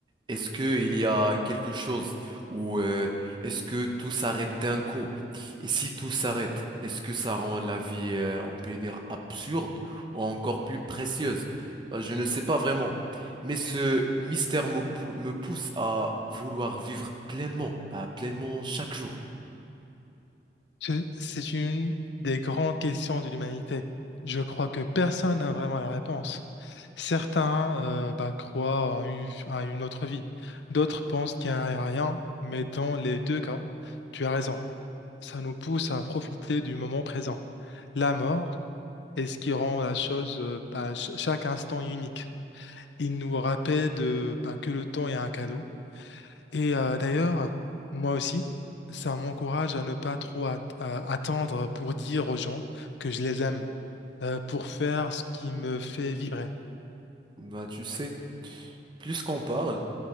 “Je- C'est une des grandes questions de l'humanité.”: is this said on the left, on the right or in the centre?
Left